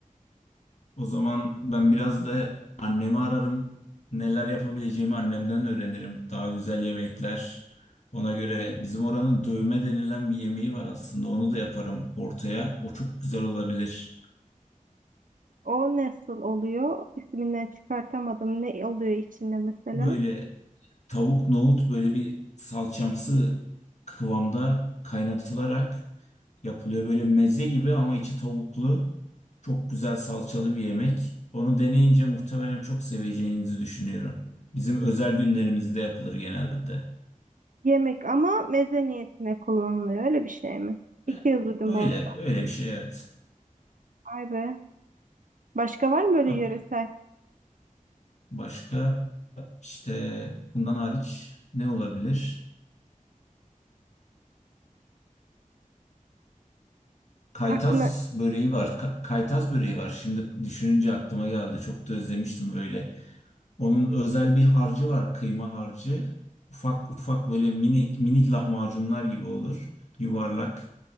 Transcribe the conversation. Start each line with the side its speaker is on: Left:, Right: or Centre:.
Left: O zaman ben biraz da annemi ararım. Neler yapabileceğimi annemden öğrenirim. Daha güzel yemekler. Ona göre bizim oranın dövme denilen bir yemeği var aslında. Onu da yaparım ortaya. O çok güzel olabilir.
Right: O nasıl oluyor? İsminden çıkartamadım. Ne oluyor içinde mesela?
Left: Böyle tavuk nohut böyle bir salçamsı kıvamda kaynatılarak yapılıyor. Böyle meze gibi ama içi tavuklu. Çok güzel salçalı bir yemek. Onu deneyince muhtemelen çok seveceğinizi düşünüyorum. Bizim özel günlerimizde yapılır genelde.
Right: Yemek ama meze niyetine kullanılıyor. Öyle bir şey mi? İlk
Left: E,
Right: kez duydum
Left: Öyle,
Right: bu arada.
Left: öyle bir şey evet.
Right: Ay be. Başka var mı böyle
Left: Ama
Right: yöresel?
Left: başka işte bundan hariç ne olabilir? Kaytaz
Right: Aklına
Left: böreği var. Ka- kaytaz böreği var. Şimdi düşününce aklıma geldi. Çok da özlemiştim böyle. Onun özel bir harcı var. Kıyma harcı. Ufak ufak böyle minik minik lahmacunlar gibi olur. Yuvarlak.